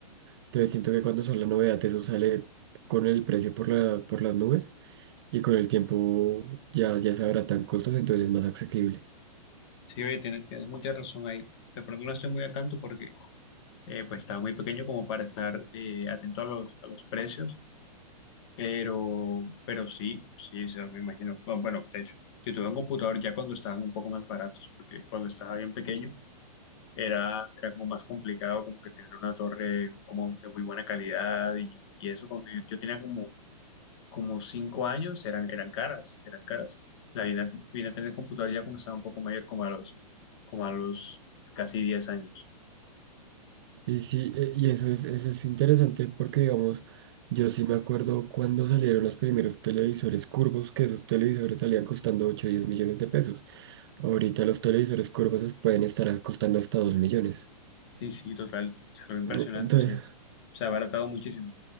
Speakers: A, on the right; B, on the left.
A: Entonces siento que cuando son la novedad, eso sale con el precio por la, por las nubes y con el tiempo ya, ya se abaratan costos, entonces es más asequible.
B: Sí, oye, tienes, tienes mucha razón ahí. De pronto no estoy muy al tanto porque eh, pues estaba muy pequeño como para estar eh, atento a los, a los precios, pero, pero sí, sí, o sea, me imagino. Bueno, bueno, de hecho, yo tuve un computador ya cuando estaban un poco más baratos, porque cuando estaba bien pequeño era, era como más complicado como que tener una torre como de muy buena calidad y, y eso cuando yo, yo tenía como, como cinco años eran, eran caras, eran caras. La vine a, te- vine a tener computador ya cuando estaba un poco mayor, como a los, como a los casi 10 años.
A: Y sí, eh, y eso es, eso es interesante porque, digamos, yo sí me acuerdo cuando salieron los primeros televisores curvos, que esos televisores salían costando 8 o 10 millones de pesos. Ahorita los televisores curvos es- pueden estar costando hasta 2 millones.
B: Sí, sí, total, se lo impresionante,
A: Eh, Entonces,
B: o sea, se se ha abaratado muchísimo.